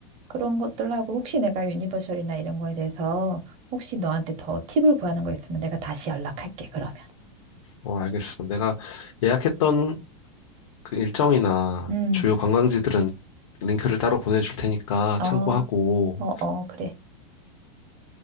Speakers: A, on the right; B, on the left.
A: 그런 것들 하고 혹시 내가 유니버셜이나 이런 거에 대해서 혹시 너한테 더 팁을 구하는 거 있으면 내가 다시 연락할게, 그러면.
B: 어, 알겠어. 내가 예약했던 그 일정이나
A: 음,
B: 주요 관광지들은 링크를 따로 보내줄 테니까 참고하고,
A: 어, 어, 어, 그래.